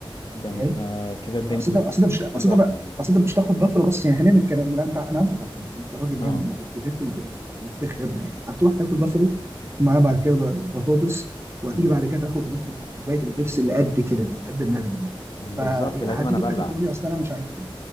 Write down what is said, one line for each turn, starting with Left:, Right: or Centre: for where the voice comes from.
Right: متخيل
Left: ده انت كده الدنيا
Right: يعني اصل
Left: بتبوظ
Right: ده اصل ده مش اصل
Left: اكتر
Right: ده بقى
Left: يعني
Right: اصل ده مش تاخد بافلو بس يعني خلينا نتكلم لا انت انا عارفك يا محمد انت راجل
Left: اه
Right: يعني ما بت- بتاكل بت- بتخربها يعني هتروح تاكل بافلو
Left: <laughs>
Right: معاه بعد كده ب- بطاطس وهتيجي
Left: امم
Right: بعد كده تاخد ازازه كوبايه البيبسي اللي قد كده دي قد دماغك دي
Left: بالظبط
Right: فهتيجي
Left: لازم انا ابلع
Right: في الاخر تقول لي اصل انا مش عارف ايه